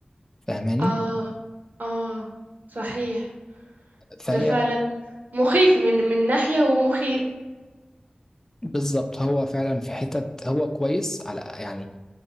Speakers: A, on the left; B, on the right.
A: فاهماني
B: اه اه صحيح
A: فهي
B: ده فعلا مخيف من من ناحية هو مخيف
A: بالظبط هو فعلا في حتة هو كويس على يعني